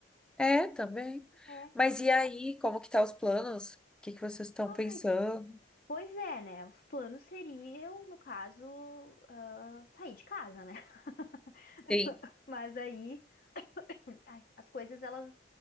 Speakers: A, in the centre; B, on the left.
A: É, também.
B: É.
A: Mas e aí, como que tá os planos? O que que vocês estão
B: Ai,
A: pensando?
B: pois é, né? Os planos seriam, no caso, ah, sair de casa, né? <laughs>
A: Sim.
B: Mas aí, ai, as coisas elas